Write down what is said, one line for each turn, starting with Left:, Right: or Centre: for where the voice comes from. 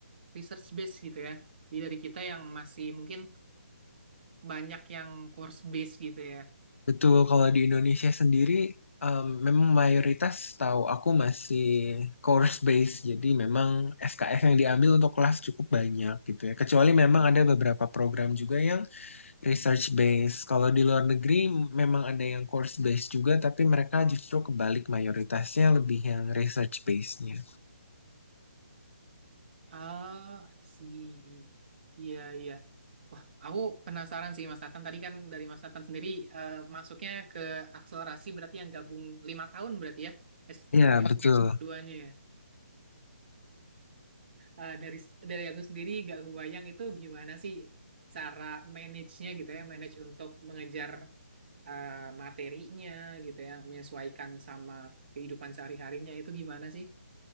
Right: research based gitu ya. Jadi dari kita yang masih mungkin banyak yang course based gitu ya.
Left: Betul, kalau di Indonesia sendiri em, memang mayoritas tahu aku masih course based, jadi memang SKS yang diambil untuk kelas cukup banyak gitu ya. Kecuali memang ada beberapa program juga yang research based. Kalau di luar negeri memang ada yang course based juga, tapi mereka justru kebalik mayoritasnya lebih yang research based-nya.
Right: Ah, si Iya, iya. Wah, aku penasaran sih Mas Nathan. Tadi kan dari Mas Nathan sendiri eh, masuknya ke akselerasi berarti yang gabung lima tahun berarti ya s
Left: Iya,
Right: satu
Left: betul.
Right: s S2-nya ya. eh, dari dari aku sendiri gak kebayang itu gimana sih cara manage-nya gitu ya, manage untuk mengejar eh, materinya gitu ya, menyesuaikan sama kehidupan sehari-harinya itu gimana sih?